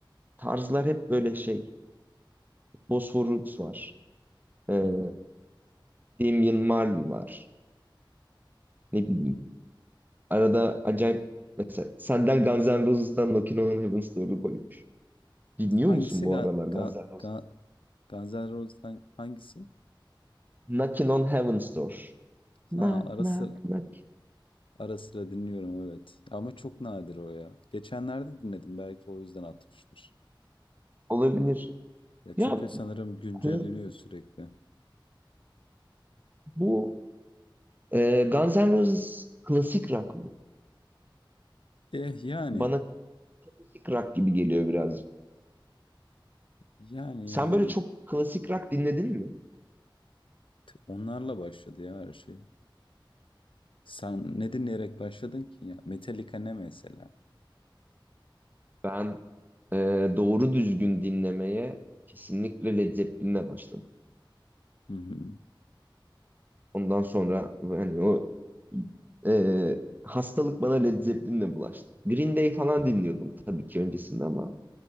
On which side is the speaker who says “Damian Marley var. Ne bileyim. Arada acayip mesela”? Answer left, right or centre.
Right